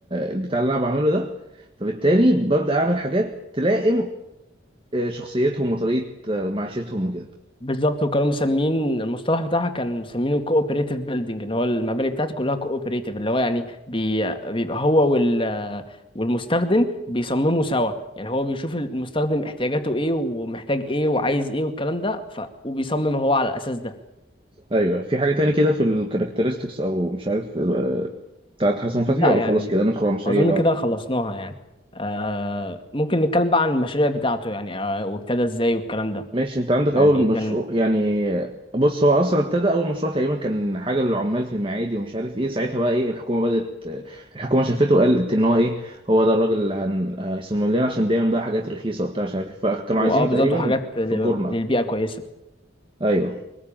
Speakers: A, on the right; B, on the left.
A: البتاع اللي انا بعمله ده فبالتالي ببدا اعمل حاجات تلائم آه، شخصيتهم وطريقه آه، معيشتهم وكده
B: بالظبط وكانوا مسمين المصطلح بتاعها كان مسمينه كوبريتيف بيلدينج ان هو المباني بتاعته كلها كوبريتيف اللي هو يعني بي بيبقى هو وال والمستخدم بيصمموا سوا يعني هو بيشوف المستخدم احتياجاته ايه ومحتاج ايه وعايز ايه والكلام ده ف... وبيصمم هو على الاساس ده
A: ايوه في حاجه تاني كده في الكاركترستكس او مش عارف آه، بتاعت حسن فتحي
B: لا
A: ولا
B: يعني
A: خلاص كده ندخل على المشاريع
B: اظن
A: بقى
B: كده خلصناها يعني آه ممكن نتكلم بقى عن المشاريع بتاعته يعني آه وابتدى ازاي والكلام ده
A: ماشي انت عندك اول
B: يعني
A: مشروع
B: كان
A: يعني بص هو اصلا ابتدى اول مشروع تقريبا كان حاجه للعمال في المعادي ومش عارف ايه ساعتها بقى ايه الحكومه بدات الحكومه شافته وقالت ان هو ايه هو ده الراجل اللي هن... هيصمم لنا عشان بيعمل بقى حاجات رخيصه وبتاع مش عارف ايه فكانوا
B: واه
A: عايزينه
B: بالظبط
A: تقريبا
B: وحاجات للبيئة
A: في الجورنه
B: كويسة
A: ايوه